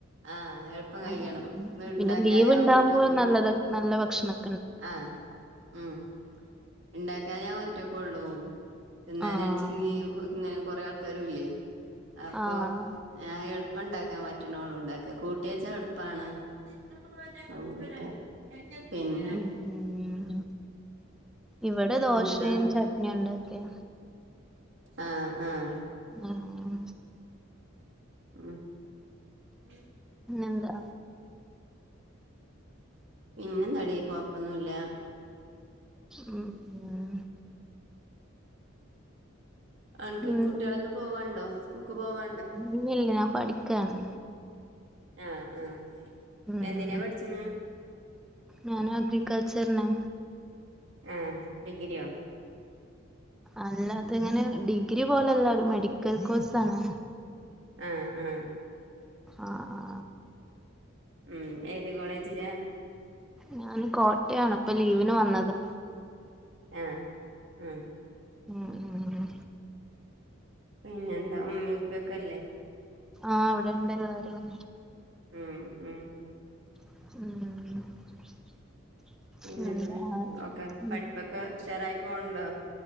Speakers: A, on the right; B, in the centre.
A: ആഹ് എളുപ്പം കഴിയണം
B: ആഹ്, പിന്നെ
A: ഉണ്ടാക്കാൻ
B: ലീവ്
A: ഞാൻ
B: ണ്ടാവുമ്പോ
A: ഒറ്റക്കും
B: നല്ലത് നല്ല ഭക്ഷണ
A: ആഹ് ഹമ് ണ്ടാക്കാഞാ ഒറ്റകൊള്ളൂ. തിന്നാനാൺച്ചിങ്ങി
B: ആഹ്
A: ങ്ങനെ കൊറെ ആൾക്കാരുല്ലേ അപ്പൊ
B: ആഹ്
A: ഞാ എൾപ്പണ്ടാക്കാ പറ്റ്ണോള്ളു ണ്ടാക്കാ, കൂട്ട്യേച്ചാ എൾപ്പാണ്. <unintelligible> പിന്നെ
B: ഉം ഉംഹ് ഇവ്ടെ
A: പിന്നെന്താ
B: ദോശയും ചട്നിയാണ്ടാക്ക്യേയേ.
A: ആഹ്, ആഹ്,
B: ആഹ്.
A: ആ
B: പിന്നെന്താ?
A: പിന്നെന്താടി കൊഴപ്പൊന്നുല്ലാ.
B: ഉം ഉംഹ്
A: അൻക്ക്
B: ഉണ്ട്
A: കുട്ട്യോളൊക്കെ പോവാണ്ടോ? സ്കുൾക്ക് പോവാ
B: ഇല്ല്യല്ല്യ ഞാ പഠിക്കാണ്.
A: ആഹ് ആഹ്.
B: ഉം
A: എന്തിനാ പഠിച്ച്ണ്
B: ഞാന് അഗ്രികൾച്ചർന്.
A: ആഹ്, ഡിഗ്രിയോ?
B: അല്ല അത്ങ്ങനെ ഡിഗ്രി പോലല്ലാ ഒരു മെഡിക്കൽ കോഴ്സാണ്.
A: ആഹ് ആഹ്.
B: ആഹ് ആ.
A: ഉംഹ് ഏത് കോളേജിലാ?
B: ഞാന് കോട്ട്യാണ് പ്പൊ ലീവിന് വന്നതാ.
A: യാഹ് ആഹ്.
B: ആ ആഹ്.
A: പിന്നെന്താ ഉമ്മ്യോപ്പൊക്കെല്ലേ?
B: ആഹ് വ്ടെണ്ട് എല്ലാരും.
A: ഉംഹ് ഉംഹ്.
B: ഉം
A: പിന്നെന്താ
B: എന്താ
A: ഓക്കെ
B: ഉം
A: പഠിപ്പൊക്കെ ഉഷാറായി പോണ്ണ്ണ്ടോ?